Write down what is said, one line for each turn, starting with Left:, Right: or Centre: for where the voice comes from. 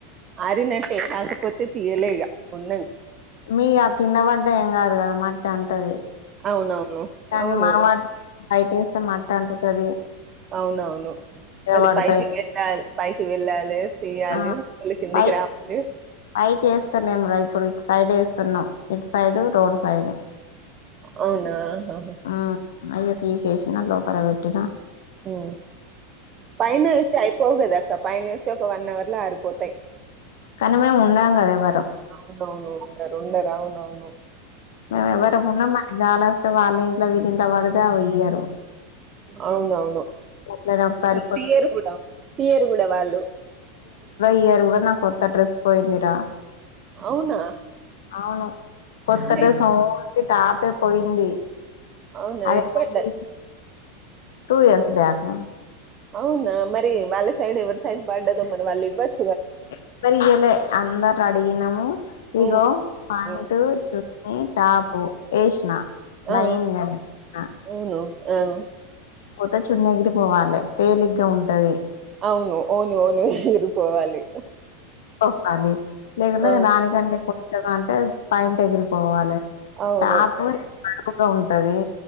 Right: ఆరినట్టే కాకపోతే తీయలే ఇగా ఉన్నాయ్.
Left: మీ ఆ కింద పడ్డ ఏం కాదు కదా మట్టి అంటది
Right: అవునవును
Left: కానీ
Right: అవును
Left: మా వాటికి బయట వేస్తే మట్ట అంటుతది
Right: అవునవును
Left: కింద
Right: మళ్ళీ
Left: పడతాయి
Right: పైకి వెళ్ళాలి పైకి వెళ్ళాలి తీయాలి
Left: ఆ
Right: మళ్ళీ కిందికి
Left: పై
Right: రావాలి
Left: పైకి వేస్తలేం రా ఇప్పుడికి సైడ్ వేస్తున్నాం ఇటు సైడు రోడ్ సైడ్
Right: అవునా ఆహా
Left: ఆ అయ్యే తీసేసినా లోపల పెట్టిన
Right: ఉ పైన వేస్తే అయిపోవు కదాక్క పైన వేసి ఒక వన్ అవర్ లో అరిపోతై
Left: కానీ మేము ఉండం కదా ఎవరం
Right: అవునవును ఉండారు ఉండారు అవునవును
Left: మేము ఎవరమున్నా మనకి గాలి వస్తే వాళ్ళ ఇంట్ల వీళ్ళ ఇంట్ల పడితే అవి ఇయ్యరు
Right: అవునవ్
Left: అట్లనే ఒకసారి పోయి
Right: తీయరు కూడా తీయరు కూడా వాళ్ళు
Left: ఇయరు కూడా నా కొత్త డ్రెస్ పోయిందిరా
Right: అవునా
Left: అవును కొత్త
Right: హాయ్.
Left: డ్రెస్ టాపే పోయింది
Right: అవునా
Left: అదేమో
Right: ఎటు <unintelligible>
Left: తీసి టూ ఇయర్స్ బ్యాక్
Right: అవునా మరి వాళ్ళ సైడ్ ఎవరి సైడ్ పడ్డదో మరి వాళ్ళు ఇవ్వచ్
Left: ఎవ్వరూ ఇయ్యలే అందరు అడిగినము ఇగో
Right: ఉమ్
Left: పాయింట్
Right: ఉమ్
Left: చూ ని టాపు ఎషిన లైన్గానే
Right: ఆ
Left: న
Right: అవును ఆ
Left: పోతే చున్ని ఎగిరి పోవాలే తేలిగ్గా ఉంటది
Right: అవును అవునవును ఎగిరిపోవాలి
Left: ప్పాలి లేకుంటే
Right: అవును
Left: దానికంటేం కొత్తగా అంటే ప్యాంట్ ఎగిరిపోవాలలే
Right: అవును
Left: టాప్ బరువుగా ఉంటది